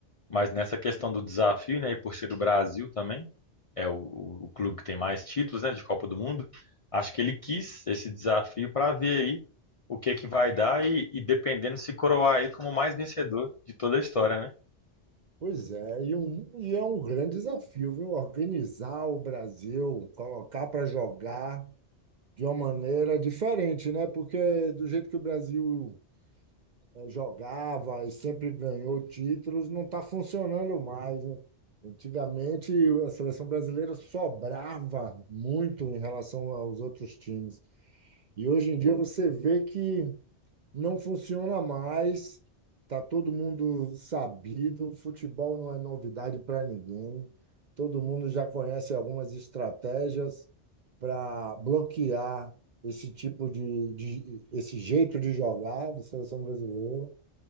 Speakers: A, on the left; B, on the right.
A: Mas nessa questão do desafio, né, e por ser do Brasil também, é o, o, o clube que tem mais títulos, né, de Copa do Mundo. Acho que ele quis esse desafio para ver aí o que que vai dar e, e dependendo se coroar aí como o mais vencedor de toda a história, né?
B: pois é, e, um, e é um grande desafio, viu? Organizar o Brasil, colocar para jogar de uma maneira diferente, né? Porque do jeito que o Brasil jogava e sempre ganhou títulos, não está funcionando mais, né? Antigamente, a seleção brasileira sobrava muito em relação aos outros times. E hoje em dia você vê que não funciona mais, tá todo mundo sabido, futebol não é novidade para ninguém, todo mundo já conhece algumas estratégias para bloquear esse tipo de, de, esse jeito de jogar da seleção brasileira.